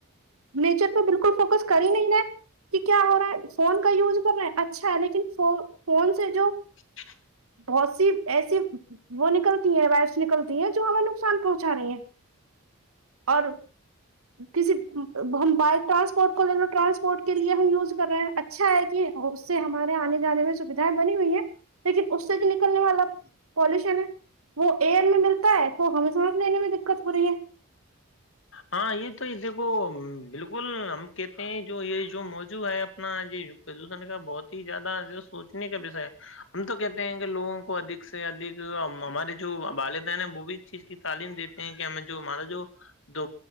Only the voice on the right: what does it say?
نیچر پہ بالکل فوکس کر ہی نہیں رہا کہ کیا ہو رہا ہے فون کا یوز کر رہے ہیں اچھا لیکن ف فون سے جو
بہت سی ایسی وہ نکلتی ہے وائرس نکلتی ہے جو ہمیں نقصان پہنچا رہی ہیں اور
کسی ہم بائک ٹرانسپورٹ کو لے لو ٹرانسپورٹ کے لیے ہم یوز کر رہے ہیں اچھا ہے کہ اور اس سے ہمارے آنے جانے میں سویدھائیں بنی ہوئی ہے لیکن اس سے جو نکلنے والا پالوشن ہے وہ ایئر میں ملتا ہے کو ہمیں سانس لینے میں دقت ہو رہی ہے